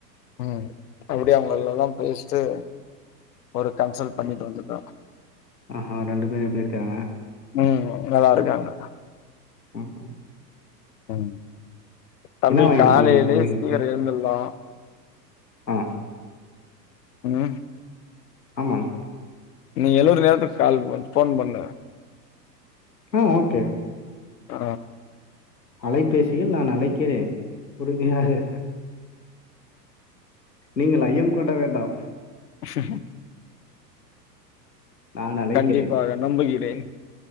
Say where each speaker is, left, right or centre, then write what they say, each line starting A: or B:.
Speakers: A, on the left; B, on the left.
A: ம் அப்டியே அவங்கல்ல பேசிட்டு ஒரு கன்சல்ட் பண்ணிட்டு வந்துட்ட
B: ஆஹஹா ரெண்டு பேரு எப்டி இருக்காங்க
A: ம் நல்லா இருக்காங்க
B: ம்ஹும்
A: ம் தம்பி
B: என்ன வாங்கிட்டு
A: காலையிலயே
B: போனீங்க தம்பிங்களுக்கு
A: சீக்கிரம் எழுந்துரலா
B: ஆ
A: உஹம்
B: ஆமாங்க
A: நீ எலுவுர நேரத்துக்கு கால் போ ஃபோன் பண்ணு
B: ஆ ஓகே
A: ஆ
B: அலைபேசியில் நான் அழைக்கிறேன் உறுதியாக நீங்கள் ஐயம் கூட வேண்டாம்
A: ஹ
B: நான் அழைக்கிறேன்.
A: கண்டிப்பாக நம்புகிறேன்